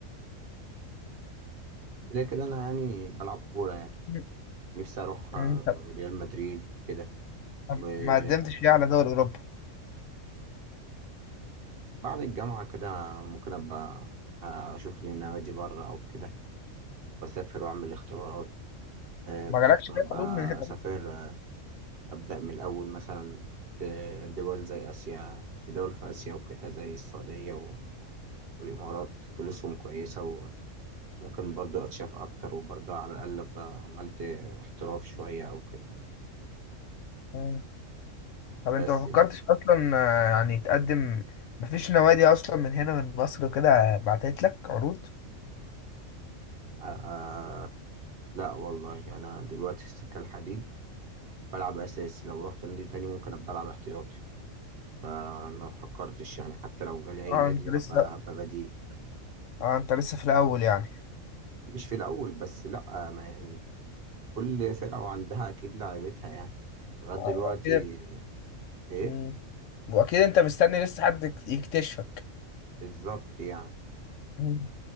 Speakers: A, on the right (about 55°); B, on the left (about 75°).
A: كده كده أنا يعني بلعب كورة يعني
B: مم.
A: نفسي أروح
B: مم.
A: آه،
B: طب
A: ريال مدريد كده
B: طب
A: وبعد
B: ما قدمتش ليه على دول اوروبا
A: الجامعة كده ممكن أبقى آه، أشوف لي نوادي بره أو كده وأسافر وأعمل اختبارات آه،
B: ما
A: بفكر
B: جالكش
A: أبقى
B: ليه عروض من هنا
A: أسافر آه، أبدأ من الأول مثلا في دول زي آسيا في دول في آسيا وكده زي السعودية و- والإمارات فلوسهم كويسة وممكن برضو أتشاف أكتر وبرضو على الأقل أبقى عملت احتراف شوية أو كده
B: مم. طب
A: بس
B: انت ما
A: يعني.
B: فكرتش اصلا آه، يعني تقدم مفيش نوادي اصلا من هنا من مصر وكده بعتت لك عروض
A: آه آه، لا والله أنا دلوقتي في السكة الحديد بلعب أساسي لو رحت نادي تاني ممكن أبقى ألعب احتياطي آه، ما فكرتش يعني حتى لو جالي أي
B: اه
A: نادي
B: انت لسه
A: هبقى هبقى بديل
B: اه انت لسه في الاول يعني
A: مش في الأول بس لأ آه، ما يعني كل فرقة وعندها أكيد لعيبتها يعني لغاية
B: آه،
A: دلوقتي
B: اكيد
A: إيه
B: مم. واكيد انت مستني لسه حد يك- يكتشفك
A: بالظبط يعني
B: مم.